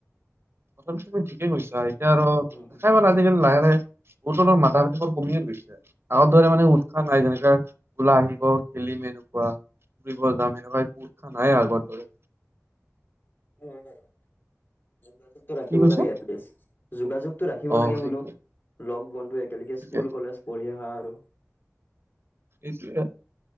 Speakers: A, on the right; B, on the left.
A: কথাটো তুমি ঠিকে কৈছা এতিয়া আৰু দেখাই
B: উম
A: প আজিকালি লাহে - লাহে বহুতৰণৰ মাথা ভতি বোৰ কমিয়ে গৈছে। আগৰ দৰে মানে উৎসাহ নাই যেনেকা ওলাই আহিব খেলিম এনেকুৱা ফুৰিব যাম এনেকুৱা উৎসা নাই আগৰ দৰে।
B: হয় বাৰু। যোগাযোগটো ৰাখিব
A: কি কৈছা
B: লাগে এলিষ্ট যোগাযোগতটো ৰাখিব
A: অ
B: লাগে
A: সেইটোৱে
B: বোলো। লগ বন্ধুৱে একেলগে
A: ঠিকে
B: স্কুল কলেজ পঢ়ি আহা আৰু।
A: হেইটোৱে